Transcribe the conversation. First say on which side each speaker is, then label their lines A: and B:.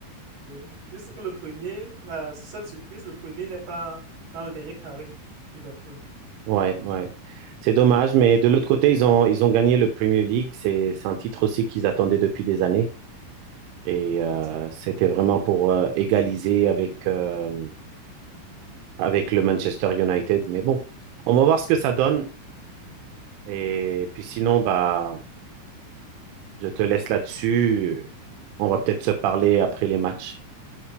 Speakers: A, on the right; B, on the right.
A: oui. Juste pour le premier, la seule surprise, le premier n'est pas dans le dernier carré. Liverpool.
B: Ouais, ouais. C'est dommage, mais de l'autre côté, ils ont, ils ont gagné le Premier League. C'est, c'est un titre aussi qu'ils attendaient depuis des années. Et
A: Effectivement.
B: euh, c'était vraiment pour euh, égaliser avec, euh, avec le Manchester United. Mais bon, on va voir ce que ça donne. Et puis sinon, bah, je te laisse là-dessus. On va peut-être se parler après les matchs.